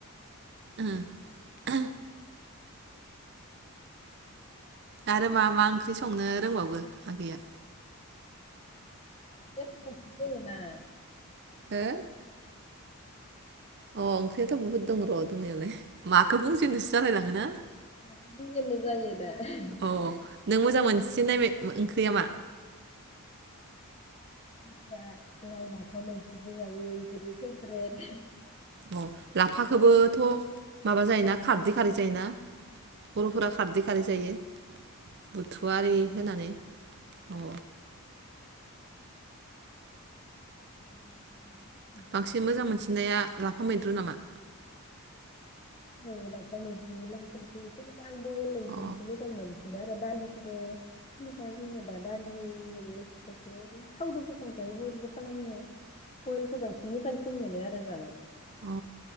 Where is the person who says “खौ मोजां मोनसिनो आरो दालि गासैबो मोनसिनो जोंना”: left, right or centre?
Left